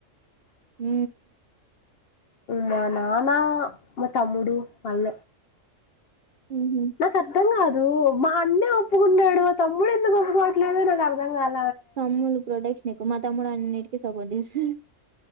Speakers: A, on the right; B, on the left.
A: హ
B: మా నానా మా తమ్ముడు మళ్ళ
A: ఉహు
B: మ కదంగా మా అన్నే ఒప్పుకుంటాడు తమ్ముడు ఎందుకు ఒప్పుకోవట్లేదుో నాకు అర్థం కాల
A: తమ్ములు ప్రొడక్షట్స్ ఎకువ మా తమ్ముడు అన్నిటి సబనిసి